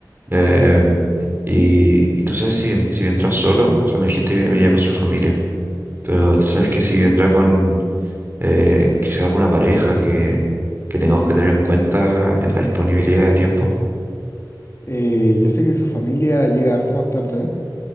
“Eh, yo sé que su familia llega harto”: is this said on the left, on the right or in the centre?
Left